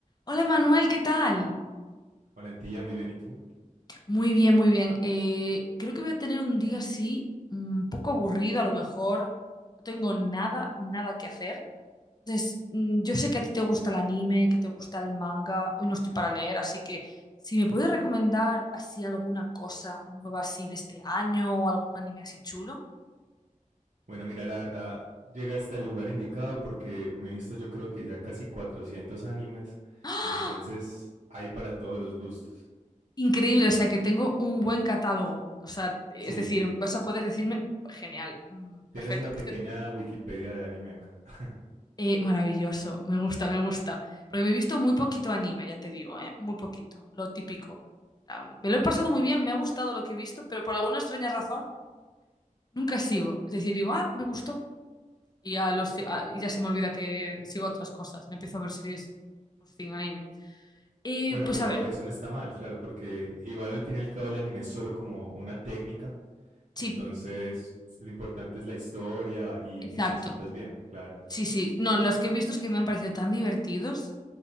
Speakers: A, on the left; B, on the right.
A: Hola Manuel, ¿qué tal?
B: Valentía, muy bien, ¿y tú?
A: Muy bien, muy bien. Eh, creo que voy a tener un día así, un poco aburrido a lo mejor. No tengo nada, nada que hacer. Entonces, mm, yo sé que a ti te gusta el anime, que te gusta el manga. Hoy no estoy para leer, así que si me puedes recomendar así alguna cosa nueva así de este año o algún anime así chulo.
B: Bueno, mira, la verdad, llega hasta el lugar indicado porque me he visto yo creo que ya casi 400 animes,
A: ¡Ah!
B: entonces hay para todos los gustos.
A: Increíble, o sea que tengo un buen catálogo. O sea, es
B: Sí,
A: decir, vas a poder decirme, genial, mm,
B: tienes
A: perfecto.
B: una
A: Pues
B: pequeña
A: te,
B: Wikipedia de anime acá. <laughs>
A: Eh, maravilloso, me gusta, me gusta. Porque me he visto muy poquito anime, ya te digo, ¿eh? Muy poquito, lo típico. Ah, Me lo he pasado muy bien, me ha gustado lo que he visto, pero por alguna extraña razón nunca sigo. Es decir, digo, ah, me gustó. Y, a los, a- y ya se me olvida que sigo otras cosas. Me empiezo a ver series pues, sin anime. Eh,
B: Bueno,
A: pues
B: pero
A: a ver,
B: eso no está mal, claro, porque igual al fin y al cabo el anime es solo como una técnica,
A: sí,
B: entonces lo importante es la historia y
A: exacto.
B: que te sientas bien, claro.
A: Sí, sí. No, los que he visto es que me han parecido tan divertidos